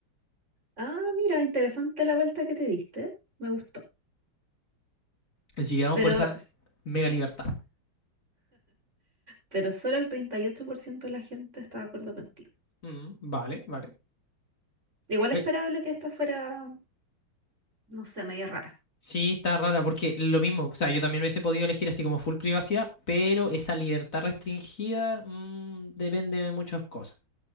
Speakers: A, on the right; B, on the left.
A: Ah, mira, interesante la vuelta que te diste, me gustó,
B: Así que vamos
A: pero,
B: por esa
A: s-
B: mega libertad.
A: pero solo el 38% de la gente está de acuerdo contigo.
B: Mm, vale, vale.
A: Igual
B: Eh,
A: esperable que esta fuera, no sé, media rara.
B: sí, está rara porque lo mismo, o sea, yo también hubiese podido elegir así como full privacidad, pero esa libertad restringida mm, depende de muchas cosas.